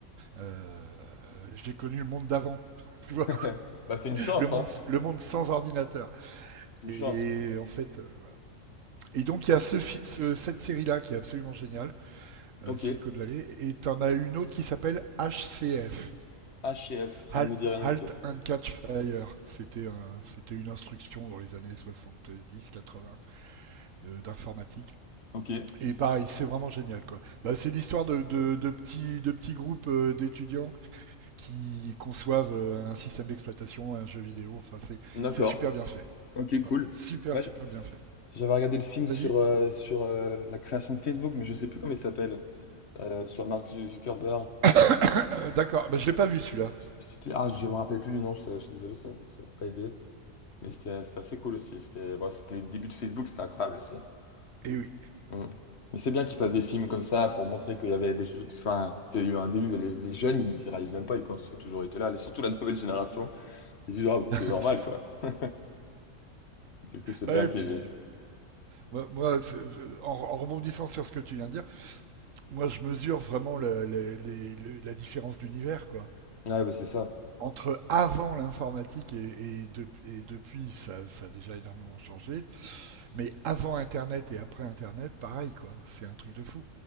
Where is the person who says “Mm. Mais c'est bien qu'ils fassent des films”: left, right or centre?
Left